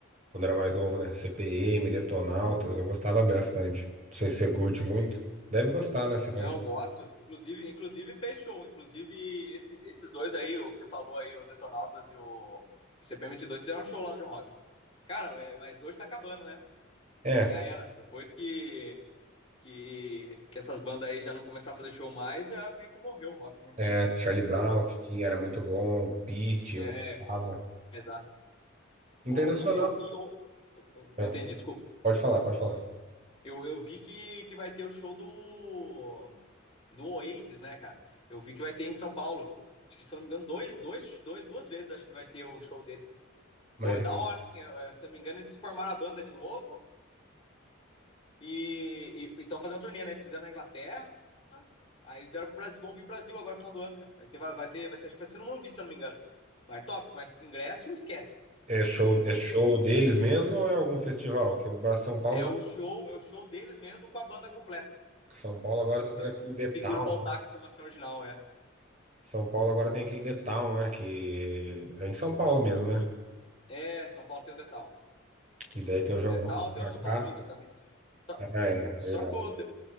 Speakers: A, on the right; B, on the left.
A: quando era mais novo, né? CPM, Detonautas, eu gostava bastante. Não sei se você curte muito. Deve gostar, né? Você foi...
B: Não, eu gosto. Inclusive, inclusive fez show. Inclusive, esse- esses dois aí, o que você falou aí, o Detonautas e o cp dois fizeram um show lá no John Rock. Cara, é, mas hoje tá acabando, né?
A: É,
B: Já era. Depois que, que, que essas bandas aí já não começaram a fazer show mais, já meio que morreu o rock, né,
A: é,
B: cara?
A: Charlie Brown, que tinha, era muito bom. Pitty,
B: É,
A: eu gostava.
B: exato.
A: Internacional.
B: Ô, Eu vi, eu vi, eu, eu- não
A: É,
B: entendi, desculpa.
A: pode falar, pode falar.
B: Eu, eu vi que, que vai ter o show do, do Oasis, né, cara? Eu vi que vai ter em São Paulo. Acho que, se eu não me engano, dois, dois, dois, duas vezes acho que vai ter o show deles.
A: Mas
B: Ou é
A: é
B: da hora, hein? Eu- eu- se eu não me engano, eles formaram a banda de novo e estão fazendo uma turnê, né? Eles fizeram na Inglaterra, aí eles vieram pro Brasil, vão vir pro Brasil agora no final do ano, cara. Vai ter, vai, vai ter, vai ter, acho que vai ser no Morumbi, se eu não me engano. Mas top, mas ingresso, esquece.
A: é show, é show deles mesmo ou é algum festival? Que São Paulo
B: É
A: tá
B: o show, é o show deles mesmo com a banda completa.
A: São Paulo agora
B: Que eles,
A: tá tendo
B: eles
A: aquele The
B: conseguiram
A: Town,
B: voltar
A: né?
B: com a formação original, é.
A: São Paulo agora tem aquele The Town, né? Que é em São Paulo mesmo, né?
B: É, São Paulo tem o Detal.
A: E daí tem
B: Tem
A: o João
B: o Detal,
A: Rock pra
B: tem o Lollapalooza
A: cá.
B: também. Só,
A: Ah, é,
B: só
A: verdade.
B: que o,